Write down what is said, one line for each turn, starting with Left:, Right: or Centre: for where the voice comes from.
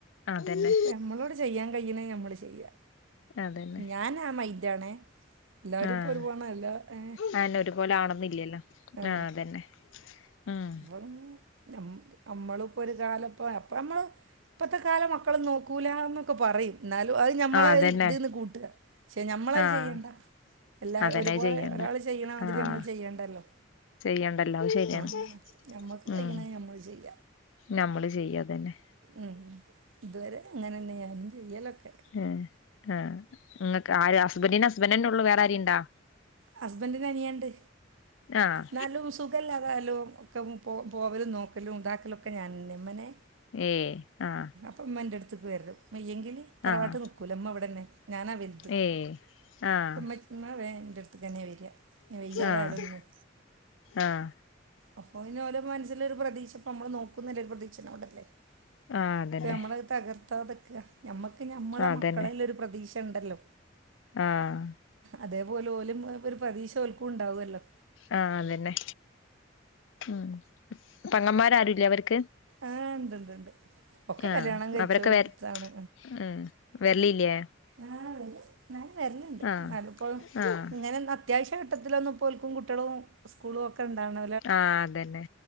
Left: അതന്നെ
Right: ഞമ്മളോ ചെയ്യാൻ കയ്യ്ണെ ഞമ്മള് ചെയ്യാ
Left: അതന്നെ
Right: ഞാൻ ആ മൈന്റാണെ എല്ലാരും
Left: ആഹ്
Right: ഇപ്പോ ഒരു പോണ അല്ല ഏ
Left: അതെന്നെ ഒരുപോലെ ആവണംന്നില്ലല്ലോ
Right: ആ
Left: ആഹ് അതന്നെ ഉം
Right: <unintelligible> ഞമ് അമ്മള്പ്പോ ഒരു കാലം ഇപ്പോ അപ്പം നമ്മള് ഇപ്പത്തെ കാലം മക്കള് നോക്കൂലാ ന്നൊക്കെ പറിം ന്നാലും അത് ഞമ്മളെ
Left: ആഹ് അതന്നെ
Right: ഒരു ഇത് ന്ന് കൂട്ട പക്ഷെ ഞമ്മളത്
Left: ആഹ്
Right: ചെയ്യണ്ട. എല്ലാ
Left: അതന്നെ
Right: ഒരുപോലെ
Left: ചെയ്യണ്ടേ
Right: ഒരാള് ചെയ്യ്ണ മാതിരി
Left: ആഹ്
Right: നമ്മള് ചെയ്യണ്ടല്ലോ
Left: ചെയ്യണ്ടല്ലോ അത് ശരിയാണ്
Right: ആ. ഞമ്മക്ക്
Left: ഉം
Right: കയ്യിണെ ഞമ്മള് ചെയ്യ
Left: നമ്മള് ചെയ്യാ അതന്നെ.
Right: ഉം ഇതുവരെ അങ്ങനെന്നെ ഞാനും ചെയ്യലൊക്കെ.
Left: ഏ ആ ഇങ്ങക്ക് ആര് ഹസ്ബന്റ്ന് ഹസ്ബൻഡന്നെ ഒള്ളൂ വേറെ ആരേം ഇണ്ടോ
Right: ഹസ്ബെന്റ്ന് അനിയൻണ്ട്.
Left: ആഹ്
Right: ന്നാലും സുഖല്ലാതായാലും ഒക്ക പൊ പോവലും നോക്കലും ഇതാക്കലൊക്കെ ഞാനന്നെ ഇമ്മനെ.
Left: ഏ ആഹ്.
Right: പ്പ ഇമ്മന്റെ അട്ത്ത്ക്ക് വരും വെയ്യെങ്കില് തറവാട്ട്
Left: ആഹ്
Right: നിക്കൂല ഇമ്മ ഇവടെന്നെ ഞാനാ വൽത്.
Left: ഏഹ് ആഹ്
Right: ഇമ്മ <unintelligible> ഇമ്മ വേ ഇന്റെട്ത്ത്ക്കെന്നെ വെരാ ഇഞ് വെയ്യാതായാലെന്നും.
Left: ആഹ് ആഹ്
Right: അപ്പൊ ഇഞോലെ മൻസ്സിലൊരു പ്രതീക്ഷ പ്പോ നമ്മള് നോക്കുന്നുല്ലൊരു പ്രതീക്ഷ <unintelligible>
Left: ആഹ് അതന്നെ
Right: ഇപ്പമ്മളത് തകർത്താതക്ക ഞമ്മക്ക് ഞമ്മളെ
Left: അതന്നെ
Right: മക്കളെല്ലൊരു പ്രതീക്ഷ ണ്ടല്ലോ.
Left: ആഹ്
Right: അതേപോലെ ഓലുംഒരു പ്രതീക്ഷോൽക്കുണ്ടാവല്ലോ.
Left: ആഹ് അതെന്നെ ഉം പെങ്ങന്മാരാരുല്ലേ അവര്ക്ക്?
Right: ആഹ് ണ്ട്ണ്ട് ണ്ട്. ഒക്കെ
Left: ആഹ്
Right: കല്യാണം കഴിച്ചോട്ത്താണ്.
Left: അവരൊക്കെ വര് ഉം വരലില്ലേ
Right: ആഹ് വെരും ന്നാലും വെര്ല്ണ്ട്
Left: ആഹ്
Right: വലപ്പോഴും
Left: ആഹ്
Right: ഇങ്ങനെ <unintelligible> ത്യാവശ്യ ഘട്ടത്തിലൊന്നുപോല്ക്കും കുട്ട്യെളും സ്ക്കൂളൊക്കെ ണ്ടാവണ
Left: ആഹ് അതെന്നെ